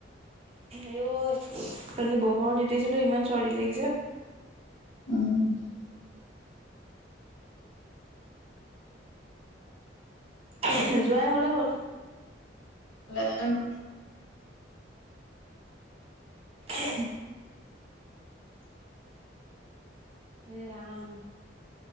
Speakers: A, on the right; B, on the left.
A: আই ঐ কালি বৰষুণত তিতিছিলো ইমান চৰ্দি লাগিছে
B: উম
A: এহ যোৱাঁই ক'লৈ গ'ল
B: কলেজলে গল
A: এহ এ ৰাম